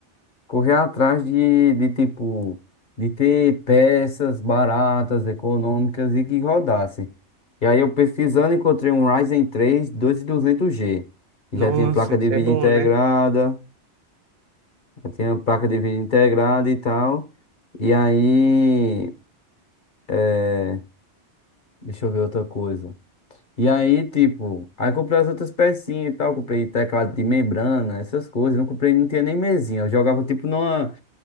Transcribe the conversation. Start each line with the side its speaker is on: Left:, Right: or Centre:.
Left: correr atrás de, de tipo, de ter peças baratas, econômicas e que rodasse. E aí eu pesquisando encontrei um Ryzen três dois mil e duzentos g que
Right: Nossa,
Left: já tinha placa
Right: isso
Left: de vídeo
Right: é bom,
Left: integrada,
Right: né?
Left: já tinha placa de vídeo integrada e tal. E aí é, deixa eu ver outra coisa. E aí, tipo, aí comprei as outras pecinhas e tal. Comprei teclado de membrana, essas coisas. Não comprei, não tinha nem mesinha. Eu jogava, tipo, numa,